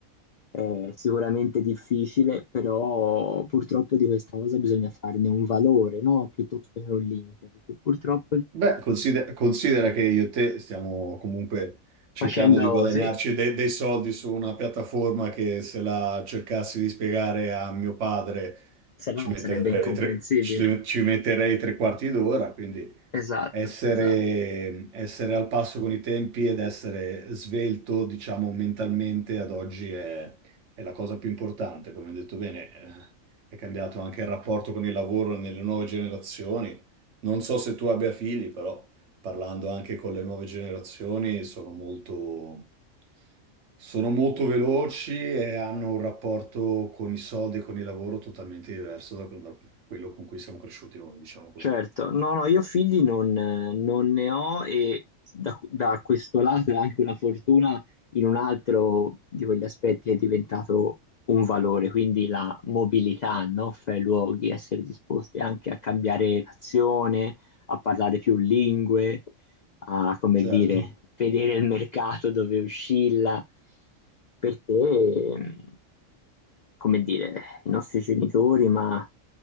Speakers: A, on the left; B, on the right.
A: È sicuramente difficile, però purtroppo di questa cosa bisogna farne un valore, no? Piuttosto che un limite, perché purtroppo eh,
B: Beh, consider- considera, che io e te stiamo comunque cercando
A: facendo
B: di guadagnarci
A: sì, se
B: de- dei soldi su una piattaforma che se la cercassi di spiegare a mio padre
A: sarà
B: ci metterei
A: sarebbe incomprensibile.
B: tre, ci- ci metterei tre quarti d'ora, quindi
A: Esatto,
B: essere,
A: esatto.
B: essere al passo con i tempi ed essere svelto, diciamo, mentalmente ad oggi è, è la cosa più importante, come hai detto bene. eh, È cambiato anche il rapporto con il lavoro nelle nuove generazioni. Non so se tu abbia figli, però parlando anche con le nuove generazioni sono molto, sono molto veloci e hanno un rapporto con i soldi e con il lavoro totalmente diverso da, da quello con cui siamo cresciuti noi, diciamo così.
A: Certo, no, no, io figli non, non ne ho e da, da questo lato è anche una fortuna in un altro di quegli aspetti che è diventato un valore, quindi la mobilità, no? Fra i luoghi, essere disposti anche a cambiare nazione, a parlare più lingue, a, come
B: Certo.
A: dire, vedere il mercato dove oscilla, perché, mh, come dire, i nostri genitori, ma,